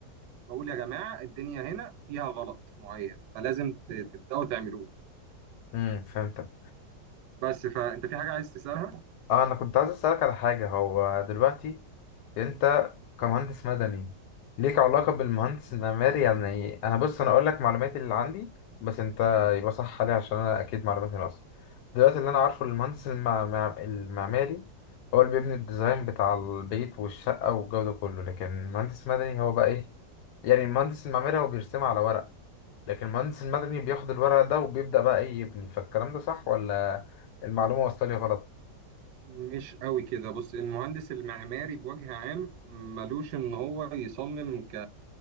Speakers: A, on the right; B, on the left.
A: بقول يا جماعه الدنيا هنا فيها غلط معين فلازم ت- تبداوا تعملوه
B: امم فهمتك
A: بس فانت في حاجه عايز تسالها
B: اه انا كنت عايز اسالك على حاجه هو دلوقتي انت كمهندس مدني ليك علاقة بالمهندس المعماري يعني انا بص انا اقول لك معلوماتي اللي عندي بس انت يبقى صح عليها عشان انا اكيد معلوماتي ناقصة دلوقتي اللي انا عارفه المهندس المع... مع- المعماري هو اللي بيبني الديزاين بتاع البيت والشقة والجو ده كله لكن المهندس المدني هو بقى ايه يعني المهندس المعماري هو بيرسمها على ورق لكن المهندس المدني بياخد الورق ده وبيبدأ بقى ايه يبني فالكلام ده صح ولا المعلومة وصلت لي غلط
A: مش قوي كده بص المهندس المعماري بوجه عام ملوش ان هو يصمم ك